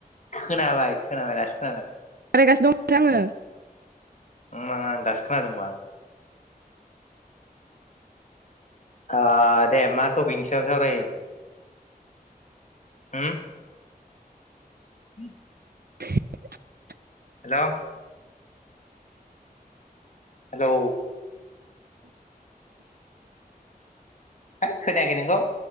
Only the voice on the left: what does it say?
खोनाबाय खोनाबाय दासो खोनादों
ओम आं दासो खोनादोंबा ओ दे मा टपिकनि सायाव सावरायो होम <inaudible>
हेल' हेलौ है खोनायाखै नोंगौ